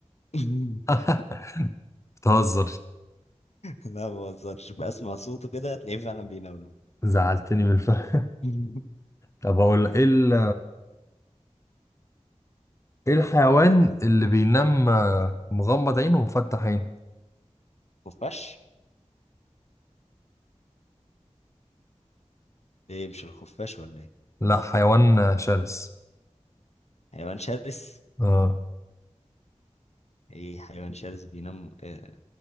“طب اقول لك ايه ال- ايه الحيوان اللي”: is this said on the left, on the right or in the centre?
Left